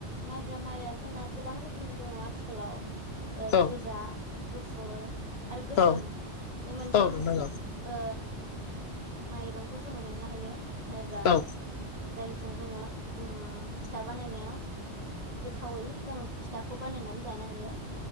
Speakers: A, on the right; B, on the left.
A: माइब्रा माइआ जोंना गोबां रोखोमनि दङ आथिखालाव ओ
B: औ
A: गोजा गुफुर आरो गोसोम
B: औ
A: बे मोनथाम
B: औ नोंथां
A: ओ माइरंखौ जोंङो मोननो हायो माइब्रा
B: औ
A: जायजों जोंङो अम फिथा बानायनायाव गोथावै जों फिथाखौ बानायनानै जानो हायो